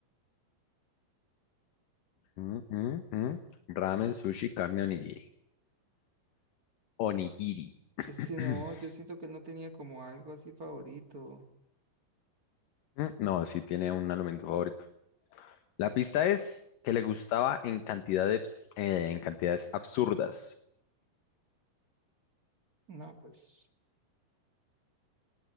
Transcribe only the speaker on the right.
Es
que no, yo siento que él no tenía como algo así favorito.
Mm,
No, pues.